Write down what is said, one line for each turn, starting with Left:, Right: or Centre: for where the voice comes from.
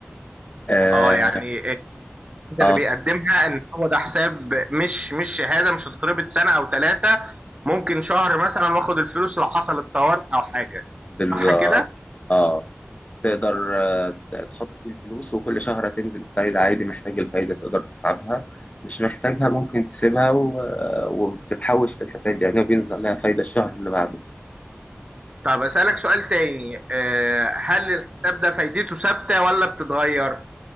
Left: آه,
Right: اه يعني انت
Left: آه
Right: اللي بيقدمها ان هو ده حساب مش مش شهاده مش هتتربط سنه او ثلاثه ممكن شهر مثلا واخد الفلوس لو حصل الطوارئ او حاجه
Left: بالظبط
Right: صح كده
Left: آه تقدر آه، تحط فيه الفلوس وكل شهر هتنزل فايدة عادي محتاج الفايدة تقدر تسحبها مش محتاجها ممكن تسيبها و- آه، وبتتحوش في الحساب يعني وبينزل عليها فايدة الشهر اللي بعده
Right: طب اسالك سؤال تاني آه، هل الحساب ده فايدته ثابته ولا بتتغير